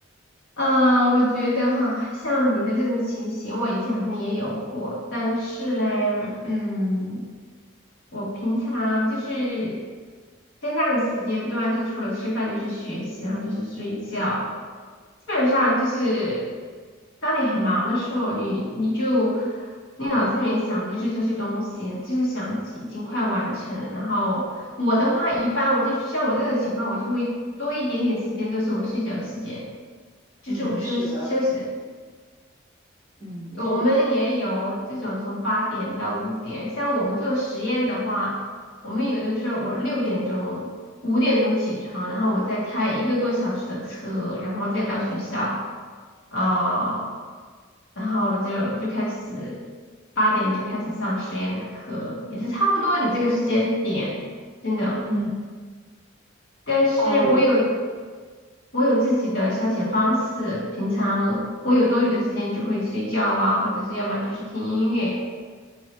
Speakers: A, on the left (about 65°); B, on the right (about 15°).
A: 呃，我觉得哈，像你的这种情形，我以前好像也有过，但是嘞，嗯，我平常就是在那个时间段，就除了吃饭就是学习，然后就是睡觉，基本上就是。当你很忙的时候，你你就你脑子里面想的就是这些东西，就是想尽尽快完成。然后我的话，一般我就像我这种情况，我就会多一点点时间都是我睡觉的时间，就是我休息休息的。
B: 嗯，是的，嗯，
A: 有我们也有这种从八点到五点，
B: 是的，
A: 像我们做实验的话，我们有的时候我六点钟、五点钟起床，然后我再开一个多小时的车，然后再到学校。啊、然后就就开始八点就开始上实验课，也是差不多你这个时间点，真的。
B: 嗯
A: 但是我有
B: 啊，我
A: 我有自己的消遣方式，平常我有多余的时间就会睡觉啊，或者是要么就是听音乐。